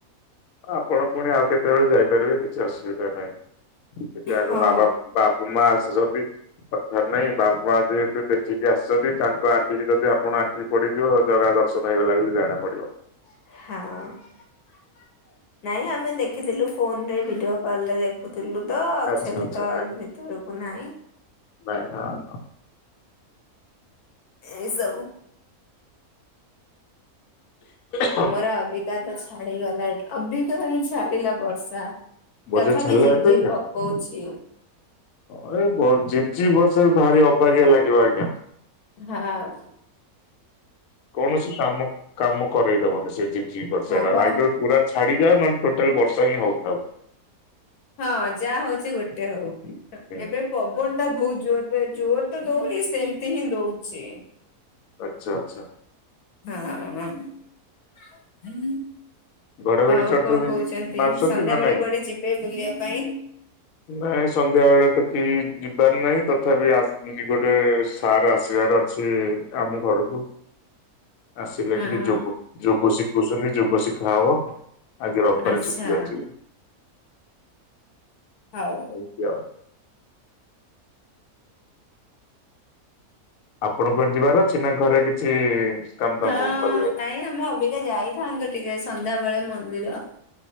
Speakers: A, on the left (about 70°); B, on the left (about 80°).
A: ଆପଣ ପୁଣି ଆଉ କେତେବେଳେ ଯାଇପାରିବେ କିଛି ଅସୁବିଧା ନାହିଁ। ସେଠି ଆଗ
B: ହଁ
A: ବାବା ବା ମା ଆସ ଜଲ୍ଦି। କଥା ନାଇଁ ବାବା ଯେହେତୁ ଦେଖିକି ଆସିଛନ୍ତି ତାଙ୍କ ଆଖିକି ଯଦି ଆପଣ ପଡିଯିବ ଜରା ଦର୍ଶନ ହେଇଗଲା ବୋଲି ଜାଣା ପଡିବ।
B: ହଁ। ନାଇଁ ଆମେ ଦେଖିଥିଲୁ ଫୋନ୍ ରେ ଭିଡିଓ କଲ୍ ରେ ଦେଖୁୁ ଥିଲୁ ତ
A: ଆଚ୍ଛା
B: ସେଠି
A: ଆଚ୍ଛା
B: ତ ଭିତରକୁ ନାଇଁ।
A: ଭାଇ ହଁ ହଁ।
B: ଏ ସବୁ।
A: ହଁ
B: ଆମର ଅବିକା ତ ଛାଡିଗଲା ଅବିକା ହିଁ ଛାଡିଲା ବର୍ଷା।
A: ବର୍ଷା
B: ତଥାପି
A: ଛାଡିଲା
B: ଜିପି
A: ଏବେ
B: ଜିପି
A: କି
B: ପକଉଛି।
A: ହଁ ଏ ଝିପ୍ ଝିପ୍ ବର୍ଷା ବି ଭାରି ଅବାଗିଆ ଲାଗିବ ଆଜ୍ଞା।
B: ହାଁ।
A: କୌଣସି କାମ କାମ କରଇଦବନି ସେ ଜିପ୍ ଜିପ୍ ବର୍ଷା
B: ହଁ
A: ଟା
B: ବା।
A: ଆଇଦର ପୁରା ଛାଡି ଯା ନହଲେ ଟୋଟାଲ୍ ବର୍ଷ ହିଁ ହଉଥାଉ।
B: ହଁ ଯାହା ହୋଉଚି ଗୋଟେ ହୋଉ
A: ହୁଁ
B: ଏବେ ପବନ ଟା ବହୁତ ଜୋରରେ ଜୋର ତ ଦଉନି ସେମତି ହିଁ ଦଉଛି।
A: ଆଚ୍ଛା ଆଚ୍ଛା।
B: ହଁ।
A: ଘଡଘଡି
B: ଆଉ
A: ଚଡଚଡି
B: କଣ କହୁଛନ୍ତି
A: ମାରୁଛନ୍ତି
B: ସନ୍ଧ୍ୟା
A: ନା
B: ବେଳେ
A: ନାଇଁ?
B: କୁଆଡେ ଯିବେ ବୁଲିବା ପାଇଁ?
A: ନାଇଁ ସନ୍ଧ୍ୟା ବେଳେ କି ଯିବାର ନାହିଁ ତଥାପି ଗୋଟେ ସାର୍ ଆସିବାର ଅଛି। ଆମେ ଘରକୁ ଆସିଲେ
B: ହଁ
A: ଟିକେ ଯୋଗ ଯୋଗ ଶିଖୁଛନ୍ତି ଯୋଗ ଶି ଖା ହବ ଆଜି ରବିବାର
B: ଆଚ୍ଛା
A: ଛୁଟି ଅଛି।
B: ହଉ।
A: ହୁଁ କି ଆଉ। ଆପଣ କୁଆଡ଼େ ଯିବାର ଅଛି ନାଁ ଘରେ କିଛି କାମ ଦାମ
B: ହଁ
A: କରିବେ
B: ନାଇଁ ଆମେ ଅବିକା ଯାଇଥାନ୍ତୁ ଟିକେ ସନ୍ଧ୍ୟା ବେଳେ ମନ୍ଦିର।